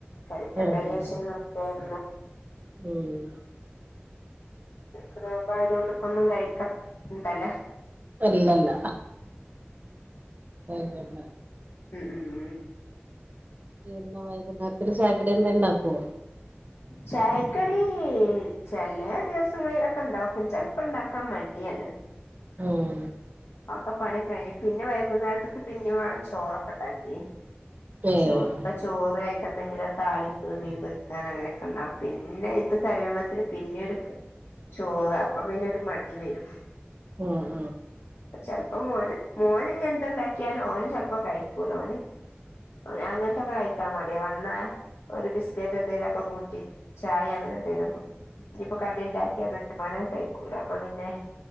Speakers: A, on the left; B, on the right.
A: കഴിക്കട്ടെ
B: ഉം
A: വിചാരിച്ചു ഇങ്ങനെ നിക്കായിരുന്നു.
B: ഉം
A: നിനക്ക് നോമ്പായതോണ്ട് ഇപ്പ ഒന്നും കഴിക്ക ണ്ടല്ലോ.
B: ഇല്ലല്ല കഴിക്കണ്ട.
A: ഉം ഉം
B: <unintelligible> വൈകുന്നേരത്തിന് ചായക്കടി എന്തേ ണ്ടാക്കോ?
A: ചായക്കടീ ചെലെ ദിവസങ്ങളിലൊക്കെ ണ്ടാക്കും ചെൽപ്പണ്ടാക്കാൻ മടിയാണ്.
B: ഊം.
A: അഒക്ക പണി കഴിഞ്ഞു പിന്നെ വൈകുന്നേരത്തേക്ക് പിന്നെയും വേണം ചോറൊക്കെണ്ടാക്കി
B: ഏഹ്
A: ചൂടുള്ള ചോറ് ആയിക്കെ ന്തെങ്കിലും താളിപ്പ് മീൻ പൊരിക്കാന ങ്ങനെയൊക്കെണ്ടാകും പിന്നെ ത് കഴിയുമ്പോഴത്തെന് പിന്നീട് ക്കെ ചോറ് അപ്പൊ പിന്നെ ഒരു മടി വരും
B: ഊം
A: ചെൽപ്പം മോന് മോന് ഞ്ഞി എന്തുണ്ടാക്കിയാലും ഓന് ചെൽപ്പോ കഴിക്കൂല ഓന്. ഓന് അങ്ങൻത്തൊക്കെ കഴിക്കാൻ മടിയ വന്നാ ഒരു ബിസ്കറ്റ് എന്തെലു ഒക്കെ കൂട്ടി ചായ അങ്ങനെ ന്തെലും കുടി ഇനിയിപ്പൊ കടി ണ്ടാക്കിയ തന്നെ ഓനത് കഴിക്കൂല അപ്പൊ പിന്നെ